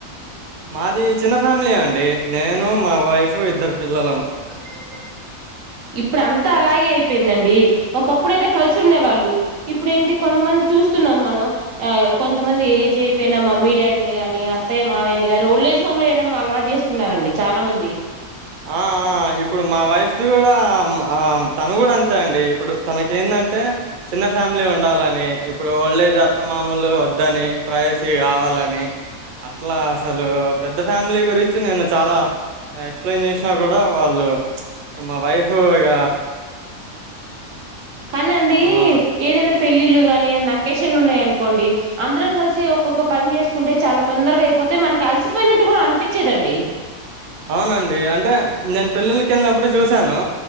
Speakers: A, on the right; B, on the right.
A: మాది చిన్న ఫ్యామిలీ అండి నేను మా వైఫ్ ఇద్దరు పిల్లలం
B: అ ఇప్పుడు అంతా అలాగే అయిపోయిందండి. ఒకప్పుడుయితే కలిసి ఉండే వాళ్ళు ఇప్పుడేంటి కొంతమంది చూస్తున్నాం మనం ఆ కొంతమంది ఏజ్ అయిపోయిన మమ్మీ డాడీని గాని అత్తయ్య మావయ్యని గాని ఓల్డ్ ఏజ్ హోమ్ లో వయడం అలవాటు చేసుకున్నారంండి చాలా మంది.
A: ఆ ఆ ఇప్పుడు మా వైఫ్ది కూడా తను కూడా అంతే అండి ఇప్పుడు తనక ఏందంటే చిన్న ఫ్యామిలీ ఉండాలని ఇప్పుడు ఓల్డేజ్ అత్త మామూలు వద్దని ప్రైవసీ కావాలని అట్లా అసలు పెద్ద ఫ్యామిలీ గురించి నేను చాలా ఎక్స్ప్లెయిన్ చేసినా కూడా వాళ్ళు మా వైఫ్ ఇక
B: కానండి
A: ఆ
B: ఏదైనా పెళ్ళిళ్ళు గానీ నకేషన్లు ఉన్నాయి అనుకోండి అందరం కలిసి ఒక్కొక్క పని చేసుకుంటే చాలా తొందరగా అయిపోతయి మనకి కలిసిపోయినట్టు కూడా అనిపించదండి.
A: అవునండి అంటే నేను పెళ్ళిల్లకి వెళ్ళినప్పుడు చూశాను